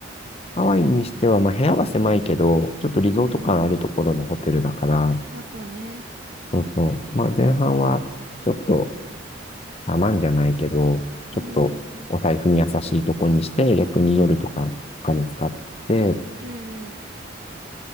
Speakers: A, on the left; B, on the right.
A: ハワイにしては、まあ、部屋は狭いけど、ちょっとリゾート感あるところのホテルだから、
B: うん。まあそうね。
A: そうそう。まあ、前半は、ちょっと、たまんじゃないけど、ちょっと、
B: うん。
A: お財布に優しいとこにして、逆に夜とかお金使って、
B: うん。